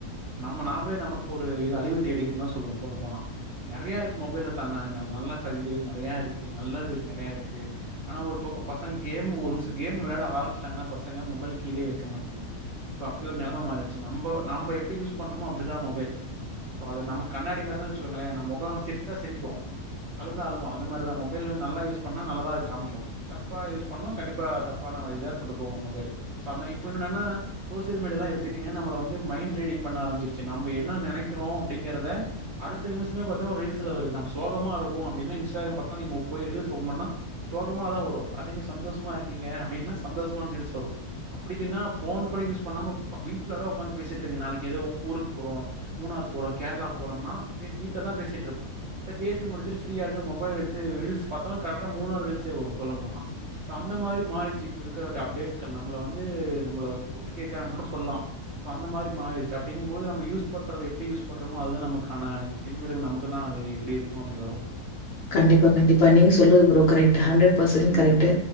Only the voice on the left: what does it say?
கண்டிப்பா கண்டிப்பா நீங்க சொல்றத்து ஃப்ரோ கரக்ட் ஹண்ரட்டு பர்சன்ட்
கரெக்ட்